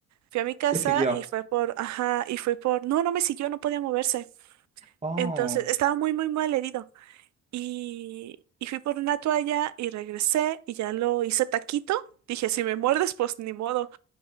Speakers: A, on the right; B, on the right.
A: Fui a mi casa
B: ¿Qué siguió?
A: y fue por, ajá, y fue por, no, no me siguió, no podía moverse.
B: Oh,
A: Entonces, estaba muy, muy mal herido. Y, y fui por una toalla y regresé y ya lo hice taquito. Dije, si me muerdes, pues ni modo.